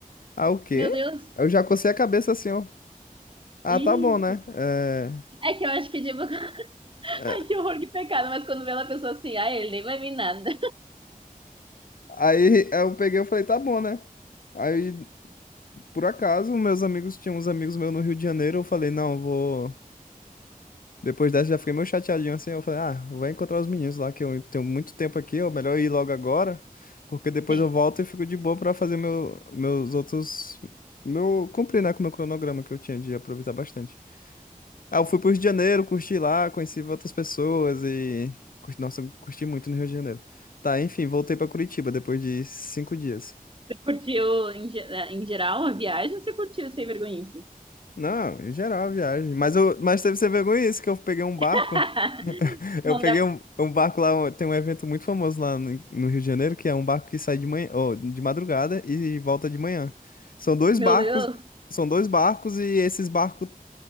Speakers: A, on the left; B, on the right.
A: Ah, o quê?
B: Meu Deus.
A: Eu já cocei a cabeça assim, ó. Ah,
B: Ih,
A: tá bom, né? É.
B: é que eu acho que tipo, <laughs> ai,
A: é,
B: que horror, que pecado, mas quando vê ela pessoa assim, ai, ele nem vai vir nada.
A: Aí eu peguei e falei, tá bom, né? Aí, por acaso, meus amigos, tinha uns amigos meus no Rio de Janeiro, eu falei, não, vou... Depois dessa já fiquei meio chateadinho assim, eu falei, ah, vou encontrar os meninos lá, que eu tenho muito tempo aqui, é melhor ir logo agora, porque depois
B: Sim,
A: eu volto e fico de boa pra fazer meu, meus outros... Meu, cumprir, né, com o meu cronograma que eu tinha de aproveitar bastante. Ah, eu fui pro Rio de Janeiro, curti lá, conheci outras pessoas e... curti- Nossa, eu curti muito no Rio de Janeiro. Tá, enfim, voltei pra Curitiba depois de cinco dias.
B: você curtiu em, ge- é, em geral a viagem ou você curtiu sem vergonhice?
A: Não, em geral a viagem. Mas, eu, mas teve ser vergonha isso, que eu peguei um barco.
B: <laughs>
A: Eu
B: Não
A: peguei
B: dá,
A: um, um barco lá, um, tem um evento muito famoso lá no, no Rio de Janeiro, que é um barco que sai de manhã, ó, de madrugada e volta de manhã. São dois
B: meu
A: barcos,
B: Deus.
A: são dois barcos e esses barcos